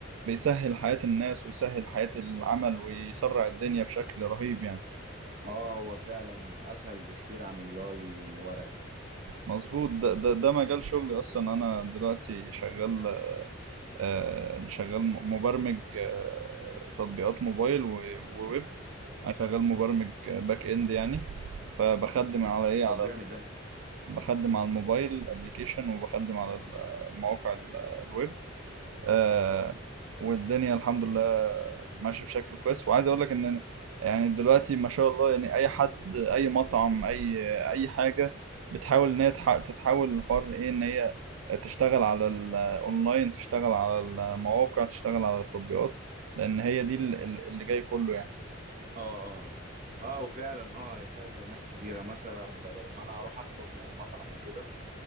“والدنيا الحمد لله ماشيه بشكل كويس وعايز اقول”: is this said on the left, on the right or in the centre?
Right